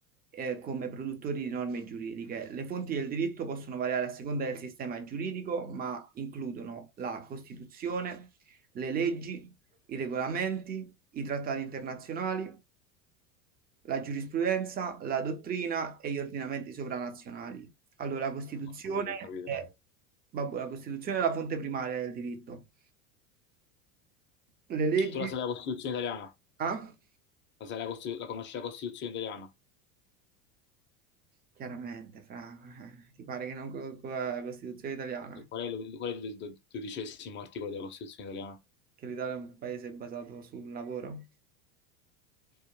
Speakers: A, on the right (about 20°); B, on the left (about 30°).
A: eh, come produttori di norme giuridiche. Le fonti del diritto possono variare a seconda del sistema giuridico, ma includono la Costituzione, le leggi, i regolamenti, i trattati internazionali, la giurisprudenza, la dottrina e gli ordinamenti sovranazionali. Allora, la Costituzione
B: No, Ho capito, ho capito.
A: è, vabbè, la Costituzione è la fonte primaria del diritto. Le leggi...
B: Tu la sai la Costituzione italiana?
A: Ah,
B: La, sai la, Costi- la conosci la Costituzione italiana?
A: chiaramente, fra... <laughs> Ti pare che non co- co- la Costituzione italiana,
B: E Qual è, lo- qual è il do- dodicesimo articolo della Costituzione italiana?
A: che l'Italia è un paese basato sul lavoro.